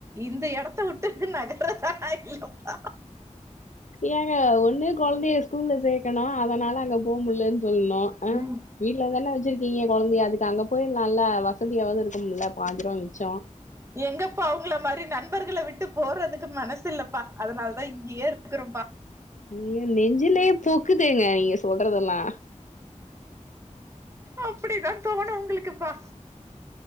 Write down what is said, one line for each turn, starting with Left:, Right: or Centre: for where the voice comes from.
Right: இந்த எடத்த விட்டு நகுரதா இல்லப்பா
Left: ஏங்க ஒண்ணு கொழந்தைய ஸ்கூல்ல சேக்கணு அதனால அங்க போ முடிலன்னு சொல்லணு ஆ
Right: ம்
Left: வீட்ல தானே வெச்சிருக்கீங்க கொழந்தையா அதுக்கு அங்க போய் நல்லா வசதியாவது இருக்கும்ல பாஞ்சிருவா மிச்சோ
Right: எங்கப்பா அவுங்கள மாரி நண்பர்கள்ல விட்டு போறதுக்கு மனசு இல்லப்பா அதனால தா இங்கயே இருக்கறே ப்பா
Left: நீங்க நெஞ்சிலையே பூக்குதேங்க நீங்க சொல்றதெல்லா
Right: அப்டி தா தோணு உங்களுக்குப்பா